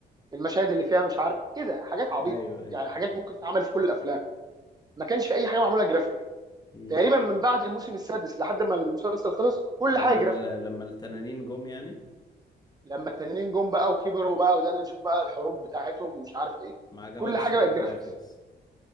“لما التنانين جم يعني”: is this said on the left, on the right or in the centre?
Left